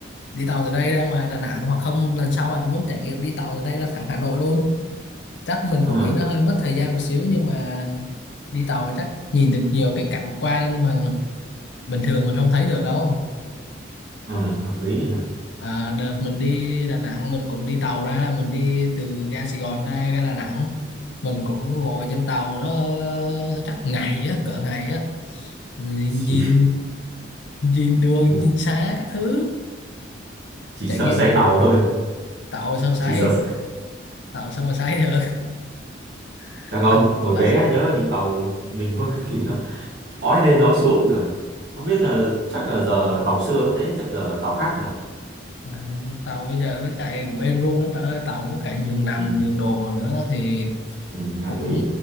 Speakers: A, on the left; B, on the right.
A: đi tàu từ đây ra ngoài Đà Nẵng hoặc không lần sau bạn muốn trải nghiệm đi tàu từ đây ra thẳng Hà Nội luôn chắc mình
B: ờ
A: cũng nghĩ nó hơi mất thời gian một xíu nhưng mà đi tàu thì chắc nhìn được nhiều cái cảnh quan mà bình thường mình không thấy được đâu
B: ờ, hợp lý nhỉ
A: à, đợt mình đi Đà Nẵng mình cũng đi tàu ra mình đi từ ga Sài Gòn ra ga Đà Nẵng mình cũng ngồi trên tàu nó chắc ngày á cỡ ngày á Rồi
B: chỉ,
A: nhìn nhìn đường
B: mình
A: nhìn xa các thứ
B: chỉ
A: trải
B: sợ
A: nghiệm
B: say
A: cũng
B: tàu thôi
A: tàu sao sấy
B: chỉ sợ say-
A: tàu sao mà sấy được <laughs>
B: chắc không
A: bạn
B: hồi
A: bạn
B: bé nhớ đi tàu mình có <laughs> kỷ niệm ói lên nói xuống nữa không biết là chắc là giờ tàu xưa nó thế chắc giờ tàu khác này
A: À, tàu bây giờ nó chạy cũng êm ru lắm bạn ơi tàu có cả giường nằm
B: ừ.
A: giường đồ nữa thì
B: Ừ, nghe hợp
A: cũng
B: lý